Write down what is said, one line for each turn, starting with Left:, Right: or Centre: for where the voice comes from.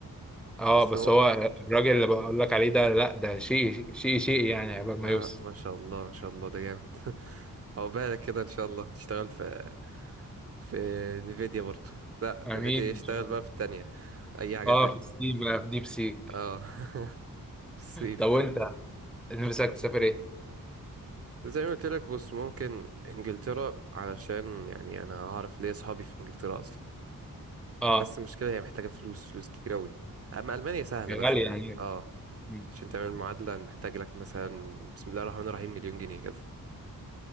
Centre: اه
Right: بس
Centre: بس
Right: هو
Centre: هو الراجل اللي بقول لك عليه ده لا ده شيء شيء شيء يعني عقبال
Right: لا
Centre: ما يوصل
Right: ما شاء الله ما شاء الله ده جامد <laughs> او بالك كده ان شاء الله تشتغل في في انفيديا برضه لا
Centre: امين
Right: انفيديا يشتغل
Centre: ان شاء الله
Right: بقى في التانية اي حاجه
Centre: اه
Right: تانية
Centre: في الصين بقى في ديب سيك
Right: اه <laughs> الصين
Centre: طب وانت نفسك تسافر ايه؟
Right: زي ما قلت لك بص ممكن انجلترا علشان يعني انا هعرف ليه اصحابي في انجلترا اصلا
Centre: اه
Right: بس المشكله هي محتاجه فلوس فلوس كتير قوي اما المانيا سهله
Centre: يا
Right: بس
Centre: غالي
Right: انت
Centre: يعني
Right: محتاج- اه
Centre: مم.
Right: عشان تعمل معادله محتاج لك مثلا بسم الله الرحمن الرحيم مليون جنيه كده